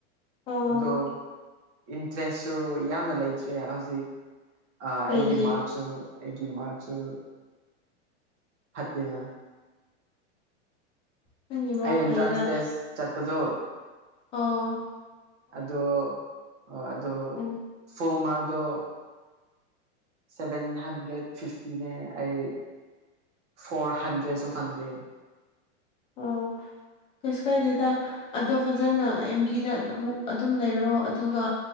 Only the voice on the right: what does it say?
ꯑꯗꯣ ꯏꯟꯇ꯭ꯔꯦꯁꯁꯨ ꯌꯥꯝꯅ ꯂꯩꯇ꯭ꯔꯦ ꯍꯧꯖꯤꯛ ꯑꯥ
ꯑꯩꯒꯤ ꯃꯥꯔꯛꯁꯨ ꯑꯩꯒꯤ ꯃꯥꯔꯛꯁꯨ ꯐꯠꯇꯦꯅꯥ
ꯑꯩ ꯑꯦꯟꯇ꯭ꯔꯥꯥꯟꯁ
ꯇꯦꯁ ꯆꯠꯄꯗꯣ
ꯑꯗꯣ ꯑꯥ ꯑꯗꯣ
ꯐꯨꯜ ꯃꯥꯔꯛ ꯗꯣ ꯁꯚꯦꯟ ꯍꯟꯗ꯭ꯔꯦꯠ ꯐꯤꯐꯇꯤꯅꯦ ꯑꯩ ꯐꯣꯔ ꯍꯟꯗ꯭ꯔꯦꯗꯁꯨ ꯐꯪꯗꯦ <unintelligible>